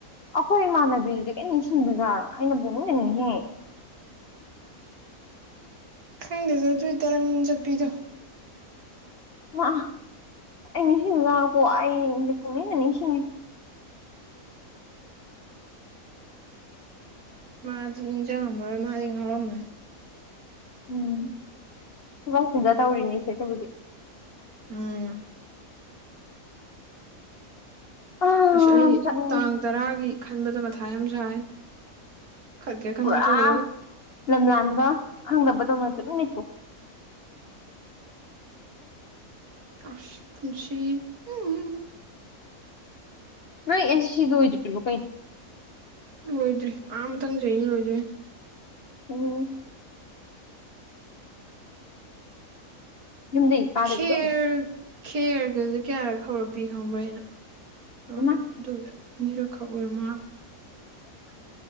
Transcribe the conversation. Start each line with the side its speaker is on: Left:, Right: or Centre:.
Left: ꯑꯩꯈꯣꯏ ꯏꯃꯥꯟꯅꯕꯤꯗꯨꯗꯤ ꯀꯔꯤ ꯅꯤꯡꯁꯤꯡꯕꯖꯥꯔ ꯑꯩꯅ ꯄꯨꯅꯤꯡꯗꯅꯤꯍꯦ
Right: ꯈꯪꯗꯦꯁꯦ ꯇꯨ ꯇꯔꯪ ꯆꯠꯄꯤꯗꯨꯣ
Left: ꯃꯥ ꯑꯩ ꯅꯤꯡꯁꯤꯡꯗꯨꯗꯀꯣ ꯑꯩꯁꯦ ꯄꯨꯨꯡꯅꯤꯡ ꯅꯤꯡꯁꯤꯡꯉꯤ
Right: ꯃꯥꯗꯤ ꯅꯤꯡꯖꯤꯡ ꯉꯥꯃꯔꯣꯏ ꯃꯥꯗꯤ ꯉꯥꯎꯔꯝꯃꯅꯤ
Left: ꯎꯝ ꯊꯕꯛ ꯆꯤꯟꯖꯥ ꯇꯧꯔꯤꯅꯤꯁꯦ ꯑꯗꯨꯕꯨꯗꯤ
Right: ꯎꯝ
Left: ꯑ
Right: ꯑꯁ ꯑꯩ
Left: ꯆꯠꯅꯤꯡꯉꯦ
Right: ꯇꯥꯡ ꯇꯔꯥꯒꯤ ꯈꯟꯕꯗ ꯃꯊꯥꯏ ꯌꯥꯝ ꯁꯥꯏ ꯈꯠꯀꯦ ꯈꯟꯅ
Left: ꯄꯨꯔꯥ
Right: ꯊꯣꯛꯎꯔꯒ
Left: ꯂꯝ ꯂꯥꯟꯕ ꯁꯛꯈꯪꯗꯕꯗꯧꯅ ꯇꯨꯃꯤꯟ ꯂꯩꯊꯣꯛ ꯑꯣ
Right: ꯑꯁ ꯄꯨꯟꯁꯤ ꯎꯝ
Left: ꯅꯣꯏ NCC ꯂꯣꯏꯗꯔ꯭ꯦꯕꯣ ꯀꯩꯅꯣ
Right: ꯂꯣꯏꯗ꯭ꯔꯤ ꯑꯥ ꯃꯊꯪ ꯆꯍꯤ ꯂꯣꯏꯗꯨꯏꯅꯤ
Left: ꯎꯝ ꯌꯨꯝꯗꯩꯩ <unintelligible>
Right: ꯈꯦꯔ ꯈꯦꯔꯒꯁꯦ ꯀꯌꯥꯔ ꯍꯧꯔꯛꯄꯤ ꯈꯪꯕ꯭ꯔ ꯑꯩꯅ ꯑꯥ
Left: ꯏꯃꯥ
Right: ꯑꯗꯨꯗ ꯑꯅꯤꯔꯛ ꯈꯥꯛ ꯑꯣꯏꯔꯥ ꯃꯟꯂꯦ